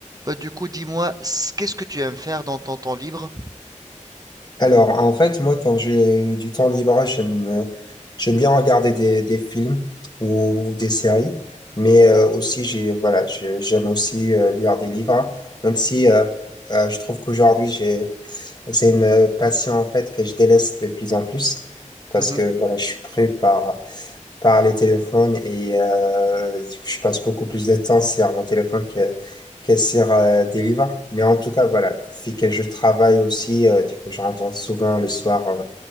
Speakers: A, on the right; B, on the left.
A: Bah, du coup, dis-moi, s- qu'est-ce que tu aimes faire dans ton temps libre?
B: Alors, en fait, moi, quand j'ai du temps libre, j'aime, euh, j'aime bien regarder des, des films ou des séries, mais euh, aussi, j'ai, voilà, j'ai- j'aime aussi euh, lire des livres, même si euh, euh, je trouve qu'aujourd'hui, j'ai, c'est une euh, passion en fait que je délaisse de plus en plus parce
A: Mhm,
B: que voilà, je suis pris par, par les téléphones et euh, du coup, je passe beaucoup plus de temps sur mon téléphone que, que sur euh, des livres. Mais en tout cas, voilà, vu que je travaille aussi, euh, du coup, je rentre souvent le soir euh,